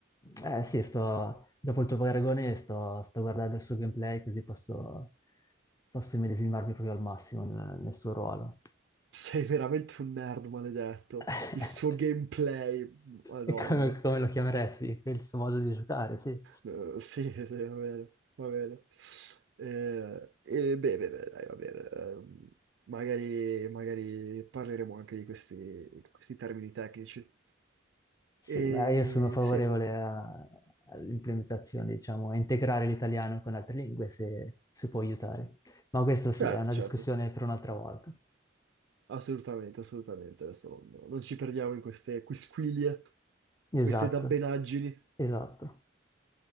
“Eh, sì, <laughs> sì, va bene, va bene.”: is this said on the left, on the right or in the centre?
Right